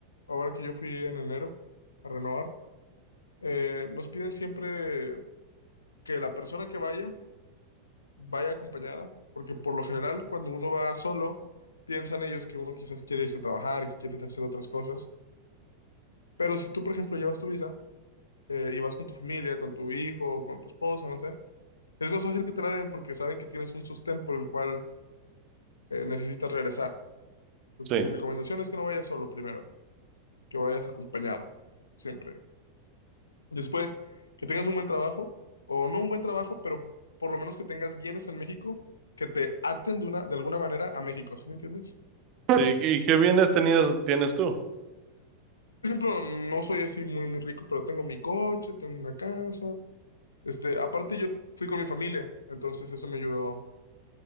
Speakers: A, on the left; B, on the right.
A: ahora que yo fui en enero a renovar, eh, nos piden siempre que la persona que vaya, vaya acompañada, porque por lo general cuando uno va solo, piensan ellos que uno quizás quiere irse a trabajar, que quiere ir a hacer otras cosas. Pero si tú, por ejemplo, llevas tu visa eh, y vas con tu familia, con tu hijo, o con tu esposa, no sé, es más fácil que te la den porque saben que tienes un sostén por el cual eh, necesitas regresar. Entonces,
B: Sí.
A: mi recomendación es que no vayas solo primero, que vayas acompañado, siempre. Después, que tengas un buen trabajo, o no un buen trabajo, pero por lo menos que tengas bienes en México que te aten de una, de alguna manera a México, ¿sí me entiendes?
B: ¿Y, y qué bienes tenías, tienes tú?
A: Por ejemplo, no soy así muy, muy rico, pero tengo mi coche, tengo una casa. Este, aparte, yo fui con mi familia, entonces eso me ayudó